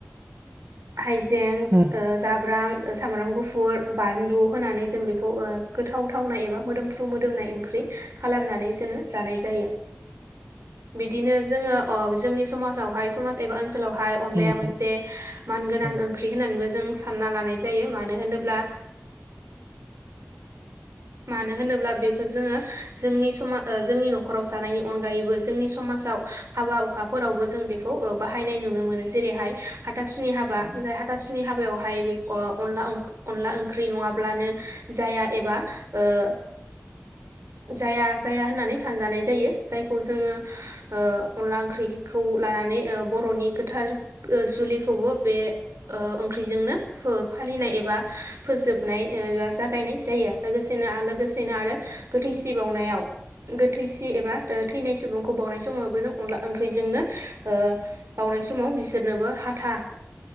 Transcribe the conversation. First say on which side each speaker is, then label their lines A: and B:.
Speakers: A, on the right; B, on the right.
A: हाइज जें
B: उम
A: ओ जाब्रां ओ सामब्राम गुफ गुफुर बानलु होनानै जों बेखौ ओ गोथाव थावनाय एबा मोदोमफ्रु मोदोमनाय ओंख्रि खालामनानै जोङो जानाय जायो। बिदिनो जोङो अ जोंनि समाजावहाय समाज एबा ओन सोलावहाय अनलाया
B: उम
A: मोनसे मानगोनां
B: उम
A: ओंख्रि होननानैबो जों सान्ना लानाय जायो मानो होनोब्ला मानो होनोब्ला बेखौ जोङो जोंनि समा जोंनि न'खराव जानायनि अनगायैबो जोंनि समाजाव हाबा हुखाफोरावबो जों बेखौ ओ बाहायनाय नुनो मोनो जेरैहाय हाथासुनि हाबा बे हाथासुनि हाबायावहाय बे अनला अनला ओंख्रि नङाब्लानो जाया एबा ओ जाया जाया होननानै सानजानाय जायो जायखौ जोङो ओ अनला ओंख्रिखौ लानानै ओ बर'नि गोथार जुलिखौबो बे ओ ओंख्रिजोंनो फालिनाय एबा फोजोबनाय एबा जागायनाय जायो लोगोसे सेनो लोगोसेनो आरो गोथैसि बावनायाव गोथैसि एबा थैनाय सुबुंखौ बावनाय समाव अन ओंख्रिजोंनो ओ बावनाय समाव बिसोरनोबो हाथा